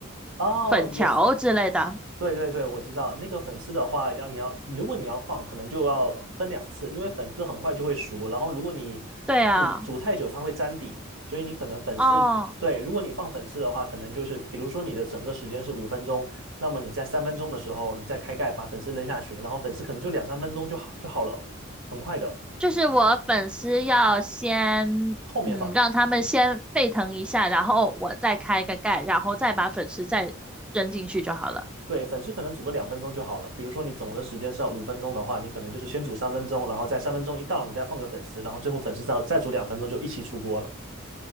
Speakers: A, on the right (about 75°); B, in the centre.
A: 哦，
B: 粉条之类的。
A: 有对对对，我知道那个粉丝的话，要你要如果你要放，可能就要分两次，因为粉丝很快就会熟，然后如果你
B: 对啊，
A: 煮煮太久，它会粘底，所以你可能粉丝对，
B: 哦，
A: 如果你放粉丝的话，可能就是比如说你的整个时间是五分钟，那么你在三分钟的时候，你再开盖把粉丝扔下去，然后粉丝可能就两三分钟就好就好了，很快的，
B: 就是我粉丝要先，
A: 后面放。
B: 嗯，让他们先沸腾一下，然后我再开个盖，然后再把粉丝再扔进去就好了。
A: 对，粉丝可能煮个两分钟就好了。比如说你总的时间是要五分钟的话，你可能就是先煮三分钟，然后在三分钟一到，你再放个粉丝，然后最后粉丝再再煮两分钟就一起出锅了。